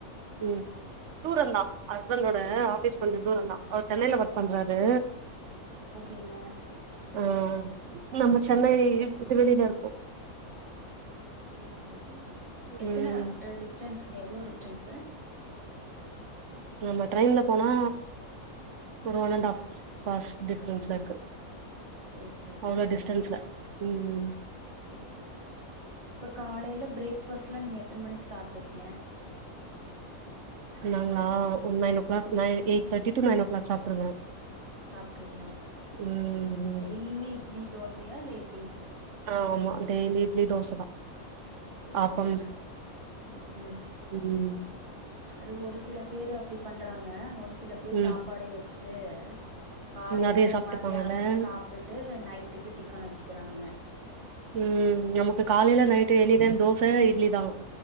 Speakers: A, on the right; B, on the right.
A: ம் தூரந்தா
B: கொஞ்சோ
A: ஹஸ்பண்டோட ஆஃபீஸ் கொஞ்சோ தூரந்தா அவுர் சென்னைல ஒர்க் பண்றாரு.
B: ஓகேங்க.
A: அ நம்ம சென்னை உட்டு வெளிலருக்கோ.
B: செரி செரிங்க எத்தன
A: ம்
B: அ டிஸ்டன்ஸுங்க எவ்ளோ டிஸ்டன்ஸு?
A: நம்ம ட்ரெயின்ல போனா ஒரு ஒன் அண்டு ஆஃப் ஆர்ஸ் டிஃப்ரெண்ஸ்லருக்கு.
B: சேரி சேரிங்க
A: அவ்ளோ டிஸ்டன்ஸ்ல ம் ம்.
B: சேர் சேரி இப்ப காலைல பிரேக்ஃபாஸ்ட்ல்லா நீங்க எத்தன மணிக் சாப்டுவிங்க?
A: நாங்ளா ஒ நைன்
B: ம்
A: ஓ கிளாக் நை எயிட் தேட்டி டு நைன் ஓ கிளாக் சாப்ட்ருவே.
B: சாப்ட்ருவிங்க ஓகே ஓகே
A: ம்
B: டெய்லிமே இட்லி தோசையா இல்ல எப்டிங்க?
A: ஆ ஆமா டெய்லி இட்லி தோச தா.
B: சேரி
A: ஆப்பம்
B: சேரிங் ம் ம்.
A: ம்
B: அது ஒரு சில பேரு அப்டி பண்றாங்க ஒரு சில பேரு
A: ம்
B: சாப்பாடே வெச்சு ட்டு காலைக்கு
A: அதே சாப்ட்டுப்பாங்கல்ல
B: மத்தியானக்கு சாப் டுட்டு நைட்டுக்கு டிஃபன வெச்சுக்கறாங்க.
A: ம் நமக்கு காலைல night any time dosa idli தா.